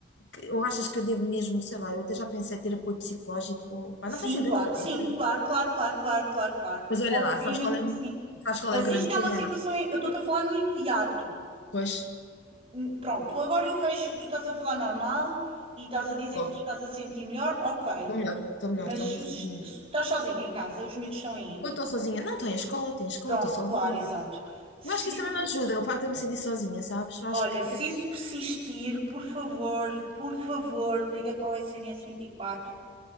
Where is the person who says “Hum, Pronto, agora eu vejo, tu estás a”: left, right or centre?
Right